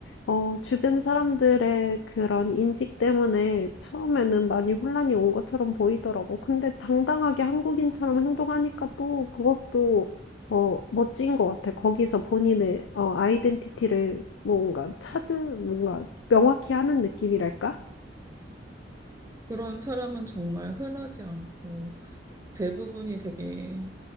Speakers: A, on the left; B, on the right.
A: 어 주변 사람들의 그런 인식 때문에 처음에는 많이 혼란이 온 것처럼 보이더라고. 근데 당당하게 한국인처럼 행동하니까 또 그것도 어 멋진 것 같아. 거기서 본인의 어 아이덴티티를 뭔가 찾은 뭔가 명확히 하는 느낌이랄까?
B: 그런 사람은 정말 흔하지 않고 대부분이 되게